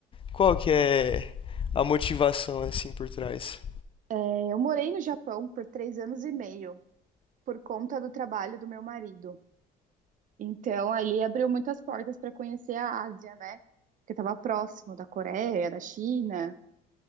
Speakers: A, on the left; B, on the right.
A: Qual que é a motivação assim por trás?
B: é, eu morei no Japão por três anos e meio. por conta do trabalho do meu marido. Então, ali abriu muitas portas para conhecer a Ásia, né? Porque estava próximo da Coreia, da China,